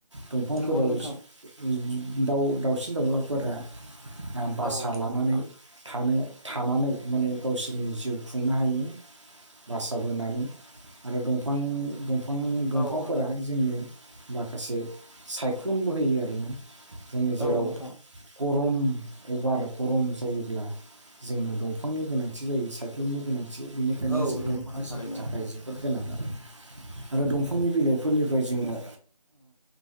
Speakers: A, on the right (about 50°); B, on the left (about 60°).
A: दंफांफोराव
B: नंगौ नोंथां
A: बिदि दउ दाउसिन दाउलाफोरा भासासा
B: औ नंगौ
A: लानानै
B: नोंथां
A: थानो थानानै माने गावसोरनि जिउ खुंनो हायो बास बोनानै आरो दंफांफ दफां दंफांफोराह
B: औ नोंथां
A: जोंनो माखासे सायख्लुमबो होयो आरो ना जोंनि जेराव
B: औ नोंथां
A: गरम अभार गरम जायोब्ला जोंनो दंफांनि गोनांथि जायो सायख्लुमनि गोनांथि बेनिखायनो
B: औ नंगौ
A: दंफाङा
B: नोंथां
A: जोंनि
B: थारैनो
A: थाखाय जों जोबोद गोनां आरो आरो दंफांनि बिलाइफोरनिफ्राय जोङो